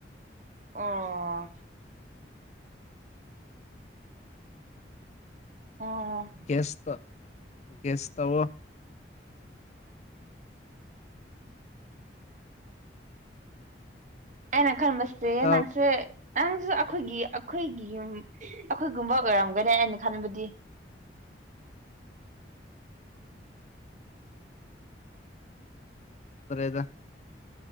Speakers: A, on the right (about 45°); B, on the left (about 40°).
A: ꯑꯣ ꯑꯣ
B: ꯒꯦꯁꯇ ꯒꯦꯁꯇꯧꯑꯣ
A: ꯑꯩꯅ ꯈꯟꯕꯁꯦ
B: ꯆꯥꯛ
A: ꯅꯪꯁꯦ ꯅꯪꯁꯨ ꯑꯩꯈꯣꯏꯒꯤ ꯑꯩꯈꯣꯏꯒꯤ ꯌꯨꯝ ꯑꯩꯈꯣꯏꯒꯨꯝꯕ ꯑꯣꯏꯔꯝꯒꯅꯤ ꯑꯩꯅ ꯈꯟꯕꯗꯤ
B: ꯇꯔꯦꯗ